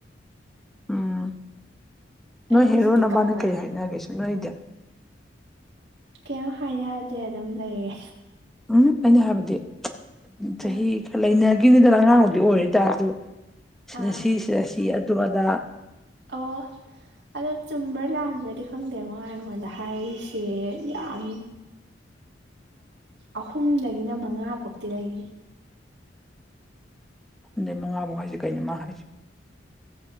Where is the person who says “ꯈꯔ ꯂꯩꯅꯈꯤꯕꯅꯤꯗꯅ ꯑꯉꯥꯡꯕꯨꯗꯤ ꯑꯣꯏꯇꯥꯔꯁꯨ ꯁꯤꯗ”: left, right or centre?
Centre